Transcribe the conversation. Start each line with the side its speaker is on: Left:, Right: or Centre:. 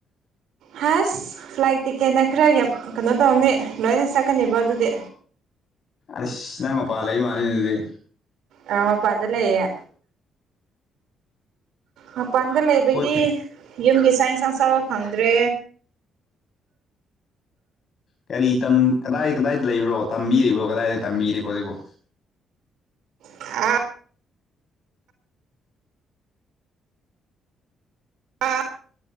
Right: ꯍꯁ ꯐ꯭ꯂꯥꯏꯠ ꯇꯤꯛꯀꯦꯠꯅ ꯈꯔ ꯌꯥꯝ ꯀꯩꯅꯣ ꯇꯧꯔꯅꯤ ꯂꯣꯏꯅ ꯆꯠꯀꯅꯤꯕ ꯑꯗꯨꯗꯤ
Left: ꯑꯅꯁ ꯅꯪ ꯃꯄꯥꯥ ꯂꯩ ꯃꯥꯜꯂꯤꯅꯤ ꯑꯗꯨꯗꯤ
Right: ꯑ ꯃꯄꯥꯟꯗ ꯂꯩꯌꯦ ꯃꯄꯥꯟꯗ ꯂꯩꯕꯒꯤ
Left: ꯍꯣꯏ
Right: ꯌꯨꯝꯒꯤ ꯆꯥꯛ ꯏꯟꯁꯥꯡ ꯆꯥꯕ ꯐꯪꯗ꯭ꯔꯦ
Left: ꯀꯔꯤ ꯇꯝ ꯀꯗꯥꯏ ꯀꯗꯥꯏꯗ ꯂꯩꯕ꯭ꯔꯣ ꯇꯝꯕꯤꯔꯤꯕꯣ ꯀꯗꯥꯏꯗ ꯇꯝꯕꯤꯔꯤꯕꯣ ꯍꯧꯖꯤꯛꯕꯣ
Right: ꯑ ꯑꯥ